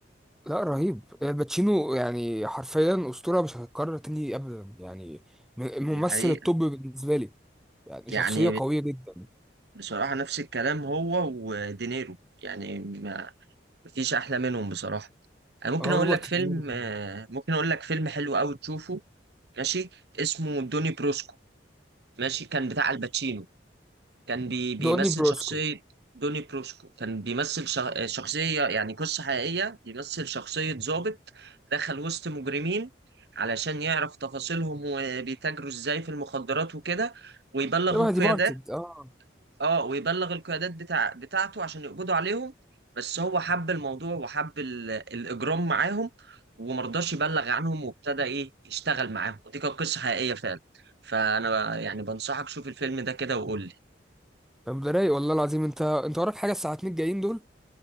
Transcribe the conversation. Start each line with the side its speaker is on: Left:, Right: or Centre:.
Centre: لا رهيب الباتشينو يعني حرفيا أسطورة مش هتتكرر تاني أبدا يعني م- الممثل
Right: دي حقيقة
Centre: التوب بالنسبة لي يعني
Right: يعني
Centre: شخصية قوية جدا
Right: بصراحة نفس الكلام هو ودينيرو يعني ما مفيش أحلى منهم بصراحة أنا ممكن
Centre: اه
Right: أقول
Centre: روبرت
Right: لك فيلم
Centre: دينيرو كمان
Right: آه، ممكن أقول لك فيلم حلو أوي تشوفه ماشي اسمه دوني بروسكو ماشي كان بتاع الباتشينو كان بي بيمثل
Centre: دوني بروسكو
Right: شخصية دوني بروسكو كان بيمثل شخ- آه، شخصية يعني قصة حقيقية بيمثل شخصية ضابط دخل وسط مجرمين علشان يعرف تفاصيلهم وبيتاجروا إزاي في المخدرات وكده ويبلغ
Centre: شبه
Right: القيادات
Centre: دي بارتد اه
Right: اه ويبلغ القيادات بتاع بتاعته عشان يقبضوا عليهم بس هو حب الموضوع وحب ال- الاجرام معاهم ومرضاش يبلغ عنهم وابتدى ايه يشتغل معاهم ودي كانت قصه حقيقيه فعلا فانا يعني بنصحك شوف الفيلم ده كده وقول لي
Centre: طب ده رايق والله العظيم انت انت وراك حاجة الساعتين الجايين دول